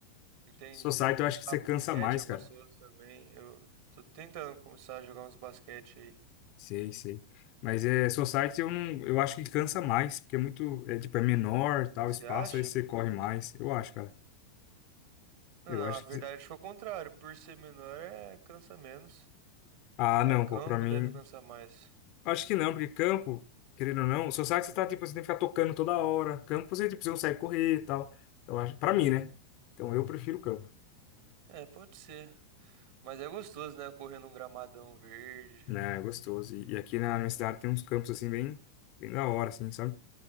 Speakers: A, on the right (about 50°); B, on the left (about 40°).
A: entendi.
B: Society eu acho que
A: Ah,
B: você
A: basquete
B: cansa mais,
A: é gostoso
B: cara.
A: também. Eu tô tentando começar a jogar uns basquete aí.
B: Sei, sei. Mas é society eu não, eu acho que cansa mais, porque é muito, é tipo é menor, tal
A: Você
B: espaço,
A: acha?
B: aí você corre mais. Eu acho, cara.
A: Não,
B: Eu
A: não,
B: acho
A: a verdade
B: que
A: foi o contrário. Por ser menor, é cansa menos.
B: Ah,
A: Aí
B: não,
A: campo
B: pô, para mim
A: deve cansar mais.
B: Acho que não, porque campo, querendo ou não, o sabe você tá, tipo, você tem que ficar tocando toda hora. Campo você, tipo, você consegue correr e tal. Então, acho, pra mim, né? Então, eu prefiro campo.
A: É, pode ser. Mas é gostoso, né? Correr num gramadão verde.
B: Né, é gostoso. E, e aqui na minha cidade tem uns campos, assim, bem, bem da hora, assim, sabe?